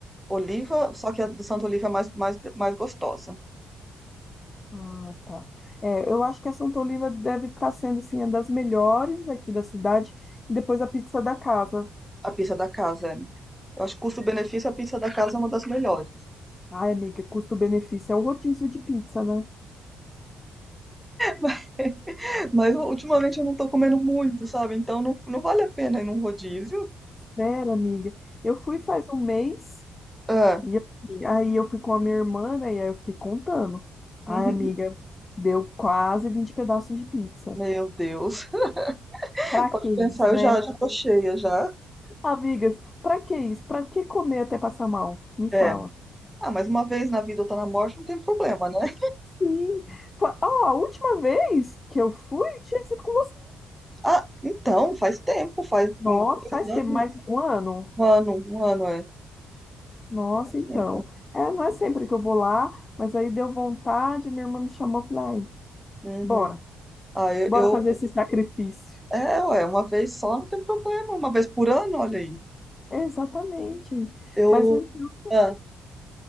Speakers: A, in the centre; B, on the left.
A: Oliva, só que a do Santa Oliva é mais, mais, mais gostosa.
B: Ah, tá. É, eu acho que essa Antoliva deve estar sendo, assim, uma das melhores aqui da cidade. E depois a pizza da casa.
A: A pizza da casa. é. Eu acho que custo-benefício, a pizza da casa é uma das melhores. <laughs>
B: Ai, amiga, custo-benefício é o rodízio de pizza, né?
A: Mas mas ultimamente eu não tô comendo muito, sabe? Então não, não vale a pena ir num rodízio.
B: Sério, amiga. Eu fui faz um mês
A: Ah,
B: e assim, aí eu fui com a minha irmã, né? E aí eu fiquei contando. Ai,
A: <laughs>
B: amiga, deu quase 20 pedaços de pizza.
A: meu Deus. <laughs>
B: Pra
A: Pode
B: que isso,
A: pensar, eu
B: né?
A: já, já tô cheia já.
B: Amigas, pra que isso? Pra que comer até passar mal? Me fala.
A: É. Ah, mas uma vez na vida ou tá na morte, não tem problema, né?
B: Sim. Fa- Ó, a última vez que eu fui tinha sido com
A: Ah, então, faz tempo, faz
B: Nossa,
A: um,
B: faz
A: dois
B: tempo,
A: anos,
B: mais um ano.
A: um ano, um ano, é,
B: Nossa,
A: faz
B: então.
A: tempo.
B: É, não é sempre que eu vou lá, mas aí deu vontade, minha irmã me chamou, eu falei, ai,
A: Uhum.
B: bora,
A: Ah, eu,
B: bora
A: eu,
B: fazer esse sacrifício.
A: é, ué, uma vez só não tem problema, uma vez por ano, olha aí.
B: Exatamente.
A: Eu,
B: Mas então,
A: ah,